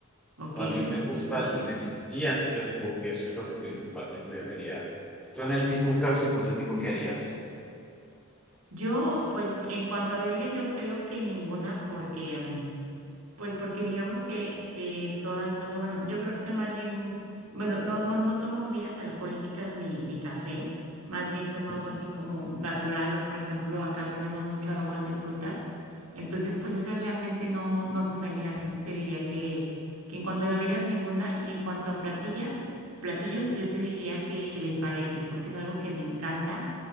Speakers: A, on the right; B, in the centre.
A: ok.
B: También me gusta
A: Sí.
B: la honestidad, así que supongo que eso es lo que principalmente debería. Tú en el mismo caso hipotético, ¿qué harías?
A: Yo, pues, en cuanto a bebida, yo creo que ninguna, porque mm, Pues porque digamos que, que todas, o sea, bueno, yo creo que más bien, bueno, no, no, no tomo bebidas alcohólicas ni, ni café, más bien tomo
B: ¿Mm?
A: agua así como natural o por ejemplo acá tenemos mucho aguas de frutas, entonces pues esas realmente no, no son dañinas, entonces te diría que, que en cuanto a bebidas ninguna y en cuanto a platillas, platillos yo te diría que el espagueti, porque es algo que me encanta